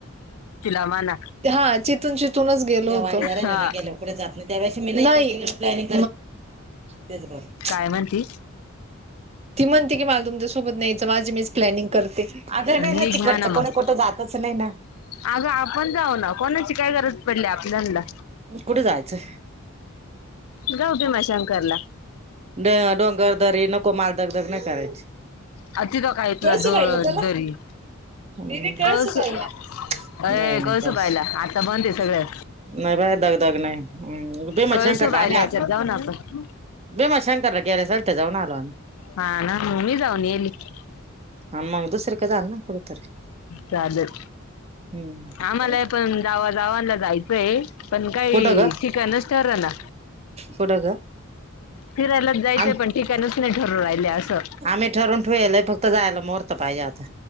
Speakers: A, on the left; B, on the right.
A: हमा ना
B: हा चिथून शथूनच वला
A: हा
B: ना गेलं कठे जात त्या व मी पन तेच बरोबर
A: काय म्हणतीी
B: ती म्हणते की मला तुमच्यासोबत नाहीयचं माझी मीच प्लॅनिंग करते अगर नाही
A: निघ
B: ना तिकडचं
A: म्हणा मग
B: कोणी कुठं जातच नाही ना
A: अगं आपण जाऊ ना कोणाची काय गरज पडली आपल्याला,
B: कुठे जायचं
A: जाऊ भीमाशंकराला,
B: ते डोंगर, दरी नको, नको मला दग दग नाही करायची.
A: अ तिथं काय तुला
B: कळसुबाईला
A: द
B: चला,
A: दरी
B: गेली कळसुबाईला,
A: कळस अय
B: नाही नाही
A: कळसू
B: बस
A: बायला आता बंद आहे सगळं
B: नाही रा दग दग नाही हम् भीमत
A: कळसू
B: शंकरला
A: बायला
B: आम्ही
A: याच्यात
B: आता
A: जाऊ ना आपण
B: भीमत शंकरला गल्या सलत जाऊन आलो आम्ही
A: हा ने जाऊन यायले न येली
B: आन मग दुसर क काारना कडतर
A: चालेल
B: हम्म
A: आम्हाला पण जावा जावांला जायचंय पण काही
B: कुठं ग
A: ठिकाणच ठर ना
B: कुठं ग
A: फिरायलाच जायचंय
B: आम
A: पण ठिकाणच नाही ठरून राहिले असं
B: आम्ही ठरवुन ठेयलय फक्त जायला मुहर्थ पाहिजे आता,